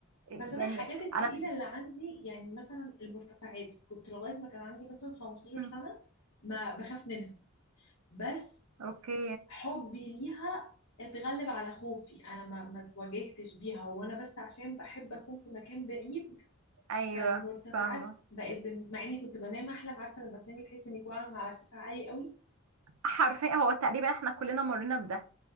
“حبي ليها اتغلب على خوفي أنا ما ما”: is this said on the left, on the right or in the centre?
Left